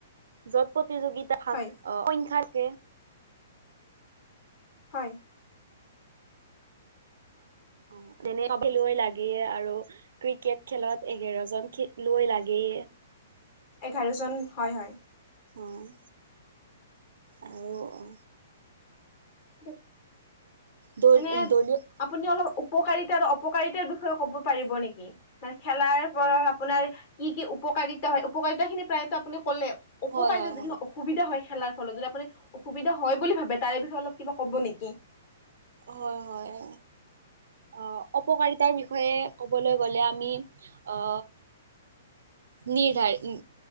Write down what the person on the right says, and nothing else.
যত প্ৰতিযোগি সাত,
অ সংখ্যাকে
অ তেনে খেলুৱৈ লাগে আৰু ক্ৰিকেট খেলত এঘাৰজন খেলুৱৈ লাগেই।
উম আৰু অ।
দল
দলীয়
হয় হয়
হয় হয়। অ, অপকাৰিতাৰ বিষয়ে ক'বলৈ গ'লে আমি অ নিৰ্ধাৰি নি